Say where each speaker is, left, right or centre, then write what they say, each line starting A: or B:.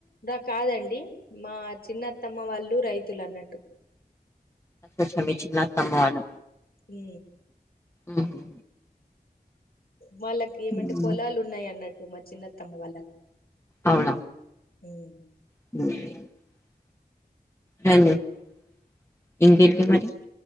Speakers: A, on the left (about 70°); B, on the left (about 15°).
A: డ కాదండి మా చిన్నత్తమ్మ వాళ్ళు రైతులు అన్నట్టు
B: అ చెమిచ్చిందత్తమ్మ వాళ్ళు
A: మ్
B: మ్ హుహు
A: వాళ్ళకి ఏమంటే
B: హ్మ్
A: పొలాలు ఉన్నాయి అన్నట్టు మా చిన్నత్తమ్మ వాళ్ళకు
B: అవునా
A: మ్మ్
B: <inaudible> హలో <unintelligible> మరి